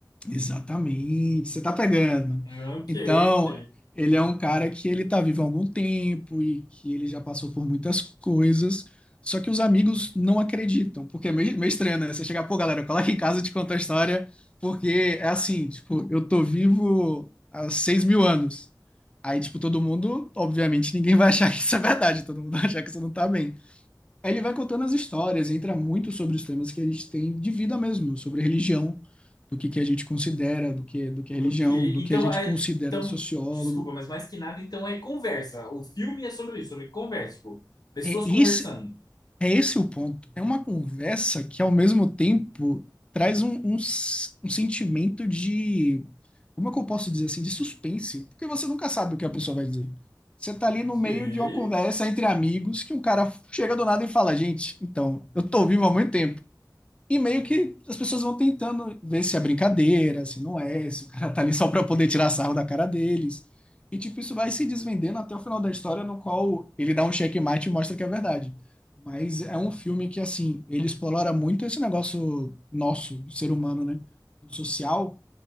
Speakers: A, on the left; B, on the left.
A: Exatamente, você tá pegando.
B: Ok,
A: Então,
B: ok,
A: ele é um cara que ele tá vivo há algum tempo e que ele já passou por muitas coisas, só que os amigos não acreditam, porque é meio, meio estranho, né? Você chegar, pô, galera, cola aqui em casa e te conta a história, porque é assim, tipo, eu tô vivo há seis mil anos. Aí, tipo, todo mundo, obviamente, ninguém vai achar que isso é verdade, todo mundo vai achar que você não tá bem. Aí ele vai contando as histórias, entra muito sobre os temas que a gente tem de vida mesmo, sobre religião, do que, que a gente considera, do que, do que é religião,
B: ok.
A: do que
B: Então,
A: a gente
B: é-
A: considera
B: então,
A: sociólogo.
B: desculpa, mas mais que nada, então é conversa. O filme é sobre isso, sobre conversa, tipo, pessoas
A: É
B: conversando.
A: esse, é esse o ponto. É uma conversa que, ao mesmo tempo, traz um, um, s- um sentimento de. Como é que eu posso dizer assim? De suspense. Porque você nunca sabe o que a pessoa vai dizer. Você tá ali
B: Ok.
A: no meio de uma conversa entre amigos que um cara chega do nada e fala: Gente, então, eu tô vivo há muito tempo. E meio que as pessoas vão tentando ver se é brincadeira, se não é, se o cara tá ali só pra poder tirar sarro da cara deles. E tipo, isso vai se desvendando até o final da história, no qual ele dá um checkmate e mostra que é verdade. Mas é um filme que, assim, ele explora muito esse negócio nosso, do ser humano, né? Do social,